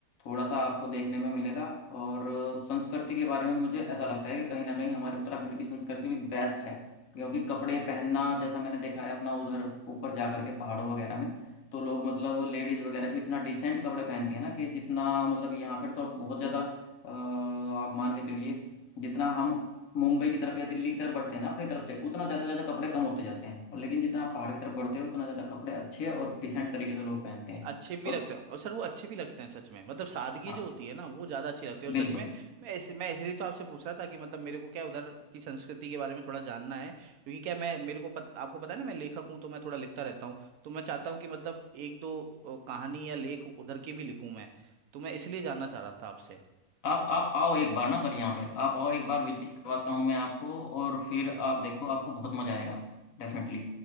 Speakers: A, on the left; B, on the right.
A: थोड़ा सा आपको देखने में मिलेगा और संस्कृति के बारे में मुझे ऐसा लगता है कि कहीं ना कहीं हमारे उत्तराखंड की संस्कृति भी बेस्ट है क्योंकि कपड़े पहनना जैसा मैंने देखा है अपना उधर ऊपर जाकर के पहाड़ों वगैरह में तो लोग मतलब लेडीज वगैरह भी इतना डिसेंट कपड़े पहनती है ना कि जितना मतलब यहाँ पर तो अब बहुत ज़्यादा अ, आप मान के चलिए जितना हम मुंबई की तरफ या दिल्ली की तरफ बढ़ते हैं ना अपनी तरफ से उतना ज़्यादा ज़्यादा कपड़े कम होते जाते हैं और लेकिन जितना आप पहाड़ की तरफ
B: हाँ
A: बढ़ते हो उतना ज़्यादा कपड़े अच्छे और डिसेंट तरीके से लोग पहनते
B: नहीं
A: हैं
B: अच्छे भी
A: और
B: लगते हैं और सर वो अच्छे भी लगते हैं सच में मतलब सादगी
A: हाँ
B: जो होती है ना वो ज्यादा अच्छी लगती है और सच
A: बिल्कुल
B: में मैं इस, मैं इसलिए तो आपसे पूछ रहा था कि मतलब मेरे को क्या उधर की संस्कृति के बारे में थोड़ा जानना है क्योंकि क्या मैं मेरे को पत, आपको पता है ना मैं लेखक हूँ तो मैं थोड़ा लिखता रहता हूँ तो मैं चाहता हूँ कि मतलब एक दो अ, कहानी या लेख उधर की भी लिखूँ मैं तो मैं इसलिए जानना चाह रहा था आपसे
A: आप आप आओ एक
B: तो आप-
A: बार ना सर यहाँ पे आप आओ एक बार विजिट करवाता हूँ मैं आपको और फिर आप देखो आपको बहुत मजा आएगा डेफिनेटली